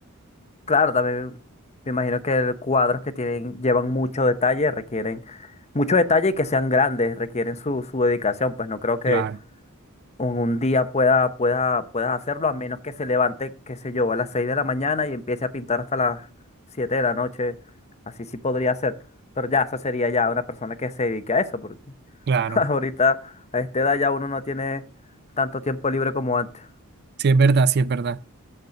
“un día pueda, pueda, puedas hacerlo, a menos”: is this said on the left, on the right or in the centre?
Left